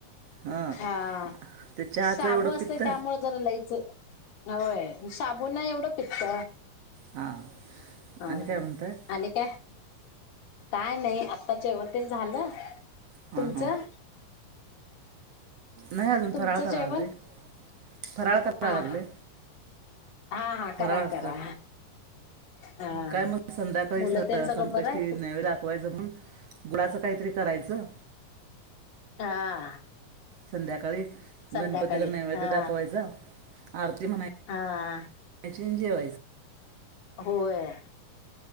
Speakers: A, on the right (about 60°); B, on the left (about 80°).
A: हां
B: हा
A: ते चहाचं
B: साबू
A: एवढं
B: असतय
A: पित्त
B: त्यामुळे जरा लयचं होय साबुण ना एवढं प्त
A: हां
B: अ आ
A: आणि काय म्हणताय
B: काय काय नाही आता जेव ते झालं
A: हा
B: तुमचं
A: हा नाही अजून
B: तुमचं
A: फराळ कराय
B: जेवण
A: लागले फराळ कराय
B: हा
A: लागले
B: हा हा हा
A: फराळ
B: करा
A: असतं
B: करा हा
A: काय मला संध्याकाळी
B: मुलं तेन सगळं
A: संकष्टी
B: बरं आहेत
A: नवे दाखवायचं मून गुळाचं काहीतरी करायचं
B: हा
A: संध्याकाळी
B: संध्याकाळी
A: गणपतीला नैवेद्य
B: हा
A: दाखवायचा आरती म्हणाय
B: हा
A: ज
B: होय.